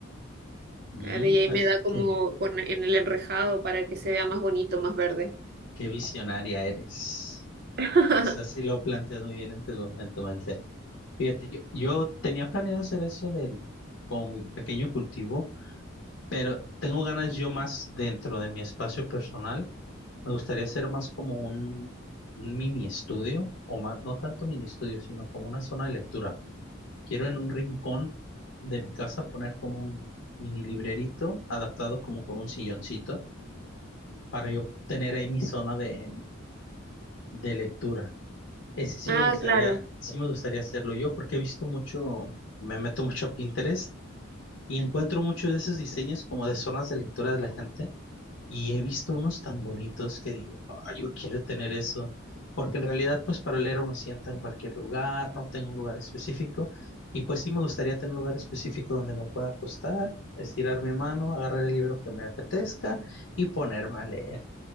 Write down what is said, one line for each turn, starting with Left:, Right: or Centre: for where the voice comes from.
Right: Claro,
Left: Mm,
Right: y ahí me
Left: es
Right: da como
Left: que-
Right: con- en el enrejado para que se vea más bonito, más verde.
Left: qué visionaria eres.
Right: <laughs>
Left: O sea, sí lo planteas muy bien en tu, en tu mente. Fíjate, yo, yo tenía planeado hacer eso del, con mi pequeño cultivo, pero tengo ganas yo más dentro de mi espacio personal. Me gustaría hacer más como un, un mini estudio, o más, no tanto mini estudio, sino como una zona de lectura. Quiero en un rincón de mi casa poner como un mini librerito adaptado como con un silloncito para yo tener ahí mi zona de, de lectura. Ese sí
Right: Ah,
Left: me gustaría,
Right: claro,
Left: sí me gustaría hacerlo yo, porque he visto mucho, me meto mucho a Pinterest y encuentro muchos de esos diseños como de zonas de lectura de la gente y he visto unos tan bonitos que digo, "Ah, yo quiero tener eso, porque en realidad pues para leer me siento en cualquier lugar, no tengo un lugar específico y pues sí me gustaría tener un lugar específico donde me pueda acostar, estirar mi mano, agarrar el libro que me apetezca y ponerme a leer.